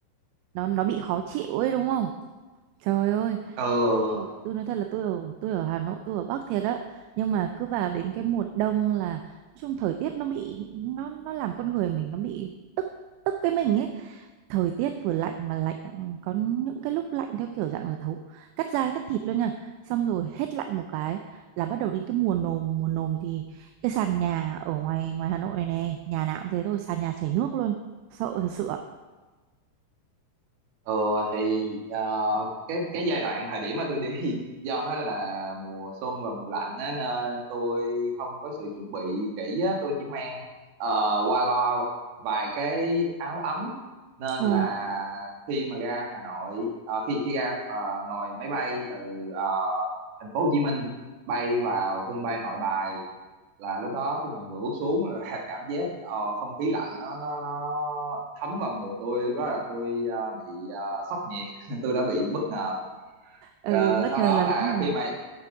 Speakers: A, on the right (about 85°); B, on the right (about 65°).
A: Nó nó bị khó chịu ấy đúng không? Trời ơi,
B: ừ,
A: tôi tôi nói thật là tôi ở tôi ở Hà Nội, tôi ở Bắc thiệt á, nhưng mà cứ vào đến cái mùa đông là nói chung thời tiết nó bị nó nó làm con người mình nó bị tức tức cái mình ấy. Thời tiết vừa lạnh mà lạnh ừ, có những cái lúc lạnh theo kiểu dạng là thấu cắt da cắt thịt luôn nha. Xong rồi hết lạnh một cái là bắt đầu đến cái mùa nồm, mùa nồm thì cái sàn nhà ở ngoài ngoài Hà Nội này nè, nhà nào cũng thế thôi, sàn nhà chảy nước luôn. Sợ thật sự ạ.
B: Ờ thì ờ, cái cái giai đoạn thời điểm mà tôi đi <laughs> do nó là mùa xuân và mùa lạnh á, nên tôi không có sự chuẩn bị kỹ á, tôi chỉ mang ờ, qua loa vài cái áo ấm nên
A: Ờ.
B: là khi mà ra Hà Nội ờ, khi khi ra ờ, ngồi máy bay từ ờ, thành phố Hồ Chí Minh bay vào sân bay Nội Bài là lúc đó khi mà vừa bước xuống là <laughs> cảm giác ờ, không khí lạnh nó nó nó thấm vào người tôi lúc đó là tôi ờ, bị ờ, sốc nhiệt <laughs> tôi đã bị bất ngờ
A: Ừ,
B: Ờ,
A: bất
B: sau
A: ngờ
B: đó
A: là
B: là
A: đúng rồi.
B: khi mà